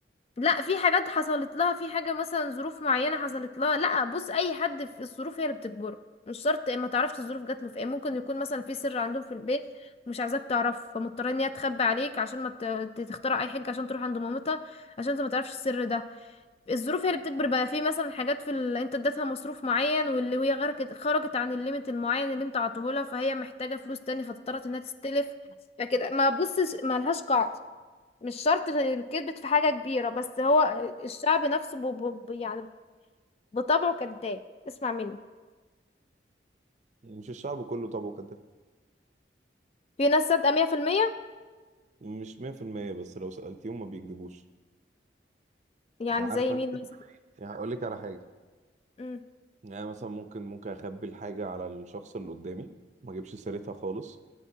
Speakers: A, on the left; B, on the right.
A: لا في حاجات حصلت لها في حاجة مثلا ظروف معينة حصلت لها لا بص اي حد في الظروف هي اللي بتجبره مش شرط ما تعرفش الظروف جات له في ايه ممكن يكون مثلا في سر عندهم في البيت مش عايزاك تعرفه فمضطره ان هي تخبي عليك عشان ما ت- ت- تخترع اي حاجه عشان تروح عند مامتها عشان انت ما تعرفش السر ده الظروف هي اللي بتجبر بقى في مثلا حاجات في ال... انت اديتها مصروف معين واللي هي غرقت خرجت عن الليميت المعين اللي انت عطيهولها فهي محتاجه فلوس تاني فاضطرت انها تستلف فكده ما بصش ما لهاش قاعده مش شرط كذبت في حاجة كبيرة بس هو الشعب نفسه ب... ب... ب- يعني بطبعه كذاب اسمع مني
B: يعني مش الشعب كله طبعا كده
A: في ناس صادقة مية في المية
B: مش 100% بس لو سالتيهم ما بيكذبوش
A: يعني
B: يعني
A: زي
B: عارفه انت
A: مين مثلا
B: يعني هقول لك على حاجه
A: امم
B: يعني مثلا ممكن ممكن اخبي الحاجه على الشخص اللي قدامي ما اجيبش سيرتها خالص